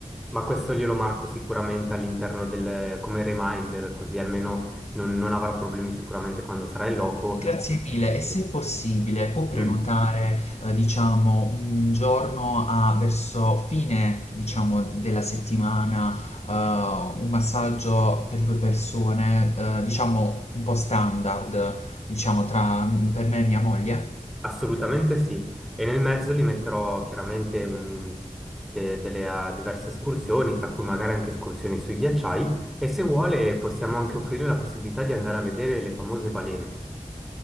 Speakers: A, in the centre; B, on the left.
A: Ma questo glielo marco sicuramente all'interno del, come reminder, così almeno non, non avrà problemi sicuramente quando sarà in loco.
B: Grazie mille e se possibile può prenotare,
A: Mm.
B: ehm, diciamo, un giorno a verso fine, diciamo, della settimana, ehm, un massaggio per 2 persone, ehm, diciamo un po' standard, diciamo tra, mhmm, per me e mia moglie?
A: Assolutamente sì, e nel mezzo li metterò chiaramente un- de- delle ah, diverse escursioni, tra cui magari anche escursioni sui ghiacciai, e se vuole possiamo anche offrire la possibilità di andare a vedere le famose balene.